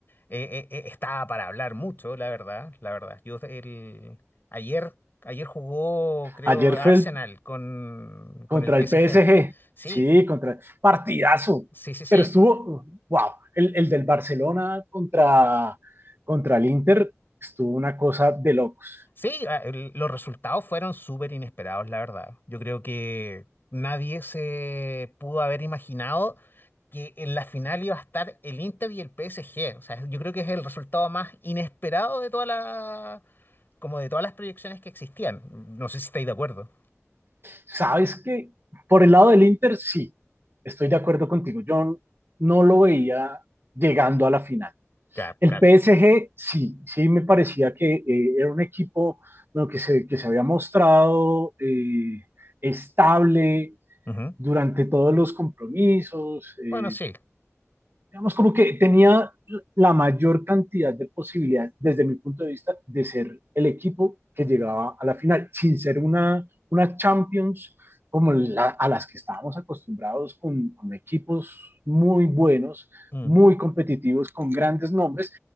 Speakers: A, on the left; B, on the right.
A: eh, eh, eh, estaba para hablar mucho, la verdad, la verdad. Yo el, ayer, ayer jugó, creo,
B: Ayer
A: Arsenal
B: fue el,
A: con, con
B: contra
A: el PSG.
B: el PSG.
A: Sí,
B: Sí, contra partidazo.
A: sí, sí, sí.
B: Pero estuvo, wow, el, el del Barcelona contra, contra el Inter estuvo una cosa de locos.
A: Sí, ah, el- los resultados fueron súper inesperados, la verdad. Yo creo que nadie se pudo haber imaginado que en la final iba a estar el Inter y el PSG. O sea, yo creo que es el resultado más inesperado de todas las, como de todas las proyecciones que existían. No sé si estáis de acuerdo.
B: ¿Sabes que Por el lado del Inter, sí, estoy de acuerdo contigo. Yo no lo veía llegando a la final.
A: Claro,
B: El
A: claro.
B: PSG sí, sí me parecía que eh, era un equipo bueno, que, se, que se había mostrado eh, estable
A: Ujú.
B: durante todos los compromisos, eh,
A: Bueno, sí.
B: digamos, como que tenía la mayor cantidad de posibilidades, desde mi punto de vista, de ser el equipo que llegaba a la final, sin ser una, una Champions como la, a las que estábamos acostumbrados con, con equipos muy buenos,
A: Mm.
B: muy competitivos, con grandes nombres.